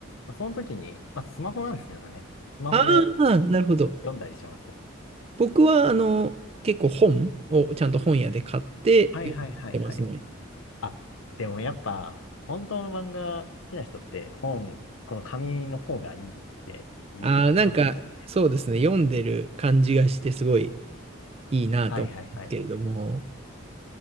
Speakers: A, on the left; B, on the right.
A: まあ、その時に、まあ、スマホなんですけどね。スマホで
B: ああ、なるほど。
A: 読んだりします。
B: 僕はあの、結構本をちゃんと本屋で買って読んでますね。
A: はいはいはいはい。あ、でもやっぱ本当の漫画好きな人って本、この紙の方がいいって言いますもんね。
B: ああ、なんかそうですね。読んでる感じがしてすごいいいなと思うんですけれども。
A: はいはいはい。